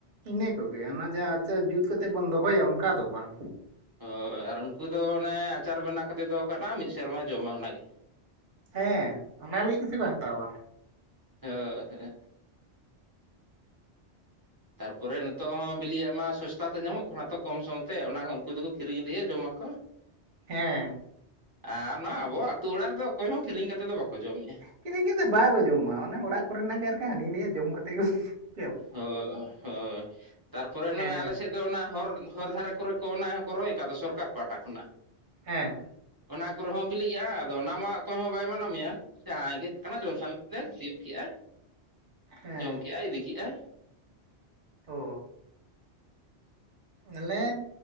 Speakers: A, on the right; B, on the right.
A: ᱤᱱᱟᱹ ᱠᱚᱜᱮ ᱚᱱᱟ ᱡᱟᱦᱟᱸ ᱟᱨ ᱡᱩᱛ ᱠᱟᱛᱮᱫ ᱵᱚᱱ ᱫᱚᱦᱚᱭᱟ ᱚᱱᱠᱟ ᱫᱚ ᱵᱟᱝ᱾
B: ᱦᱳᱭ ᱟᱨ ᱩᱱᱠᱩ ᱫᱚ ᱚᱱᱮ ᱟᱪᱟᱨ ᱵᱮᱱᱟᱣ ᱠᱟᱛᱮᱫ ᱫᱚᱦ ᱠᱟᱜᱼᱟ ᱢᱤᱫ ᱥᱮᱨᱢᱟᱭ ᱡᱚᱢᱟ ᱚᱱᱟᱜᱮ
A: ᱦᱮᱸ ᱚᱱᱟ ᱞᱟᱹᱜᱤᱫ ᱥᱮᱠᱚ ᱦᱟᱛᱟᱣᱟ
B: ᱦᱳᱭ ᱦᱳᱭ ᱛᱟᱨᱯᱚᱨᱮ ᱱᱤᱛᱚᱜ ᱦᱚᱸ᱾ ᱵᱤᱞᱤᱭᱟᱜ ᱢᱟ ᱥᱚᱥᱛᱟ ᱛᱮ ᱧᱟᱢᱚᱜ ᱠᱟᱱᱟ ᱛᱚ ᱠᱚᱢ ᱥᱚᱢ ᱛᱮ ᱚᱱᱟ ᱩᱱᱠᱩ ᱫᱚᱠᱚ ᱠᱤᱨᱤᱧ ᱤᱫᱤᱭᱟ ᱡᱚᱢᱟᱠ᱾
A: ᱦᱮᱸ
B: ᱟᱨ ᱱᱚᱣᱟ ᱟᱵᱚ ᱟᱛᱩ ᱚᱲᱟᱜ ᱨᱮᱫᱚ ᱚᱠᱚᱭ ᱦᱚᱸ ᱠᱤᱨᱤᱧ ᱠᱟᱛᱮᱫ ᱫᱚ ᱵᱟᱠᱚ ᱡᱚᱢᱮᱜᱼᱟ
A: ᱠᱤᱨᱤᱧ ᱠᱟᱛᱮ ᱵᱟᱠᱚ ᱡᱚᱢᱟ ᱚᱱᱮ ᱚᱲᱟᱜ ᱠᱚᱨᱮᱱᱟᱜ ᱜᱮ ᱟᱨᱠᱤ ᱦᱟᱹᱱᱤᱭᱟᱹᱟᱜ ᱡᱚᱢ ᱠᱟᱛᱮᱫ ᱜᱮ
B: ᱦᱳᱭ ᱦᱳᱭ ᱛᱟᱨᱯᱚᱨᱮ ᱱᱚᱜᱼᱚᱭ
A: ᱦᱮᱸ
B: ᱟᱞᱮᱥᱮᱫ ᱫᱚ ᱚᱱᱟ ᱦᱚᱨ ᱦᱚᱨ ᱫᱷᱟᱨᱮ ᱠᱚᱨᱮ ᱠᱚ ᱚᱱᱟ ᱦᱚᱸᱠᱚ ᱨᱚᱦᱚᱭ ᱠᱟᱫ ᱫᱚ ᱥᱚᱨᱠᱟᱨ ᱯᱟᱦᱟᱴᱟ ᱠᱷᱚᱱᱟᱜ
A: ᱦᱮᱸ
B: ᱚᱱᱟ ᱠᱚᱨᱮ ᱦᱚᱸ ᱵᱤᱞᱤᱜ ᱜᱮᱭᱟ ᱟᱫᱚ ᱚᱱᱟ ᱢᱟ ᱚᱠᱚᱭ ᱦᱚᱸ ᱵᱟᱭ ᱢᱟᱱᱟᱢᱮᱭᱟ ᱡᱟᱦᱟᱸ ᱜᱮ <unintelligible> ᱛᱤᱭᱳᱜ ᱠᱮᱟᱭ
A: ᱦᱮᱸ
B: ᱡᱚᱢ ᱠᱮᱫᱟᱭ ᱤᱫᱤ ᱠᱮᱫᱟᱭ
A: ᱚ ᱟᱞᱮ